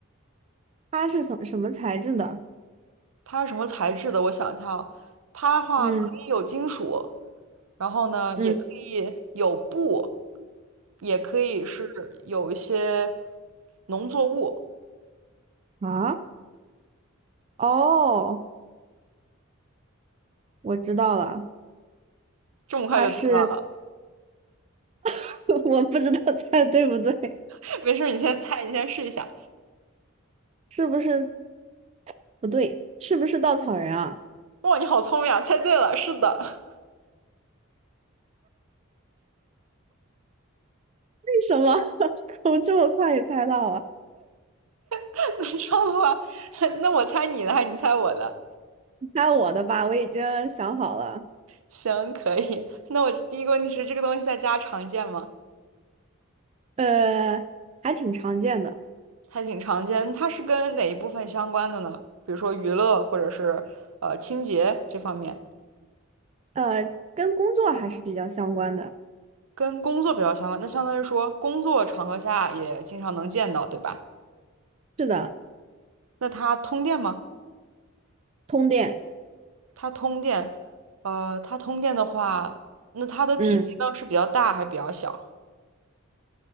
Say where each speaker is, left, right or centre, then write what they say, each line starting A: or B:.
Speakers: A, on the right; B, on the right.
A: 它是什什么材质的？
B: 它是什么材质的？我想一下哦，它的话可以有金属，
A: 嗯
B: 然后呢，
A: 嗯，
B: 也可以有布，也可以是有一些农作物。
A: 啊，哦，我知道了，
B: 这么快就猜到了？
A: 它是，<laughs> 我不知道猜对不对，
B: <laughs> 没事儿，你先猜，你先试一下。
A: 是不是不对？是不是稻草人啊？
B: 哇，你好聪明啊！猜对了，是的。
A: 为什么？<laughs> 我这么快也猜到了？
B: <laughs> 那这样的话，<laughs> 那我猜你的还是你猜我的？
A: 猜我的吧，我已经想好了。
B: 行，可以。那我第一个问题是，这个东西在家常见吗？
A: 呃，还挺常见的，
B: 还挺常见。它是跟哪一部分相关的呢？比如说娱乐，或者是呃清洁这方面，
A: 呃，跟工作还是比较相关的。
B: 跟工作比较相关。那相当于说，工作场合下也经常能见到，对吧？
A: 是的，
B: 那它通电吗？
A: 通电，
B: 它通电，呃，它通电的话，那它的体积呢是比较大还是比较小？
A: 嗯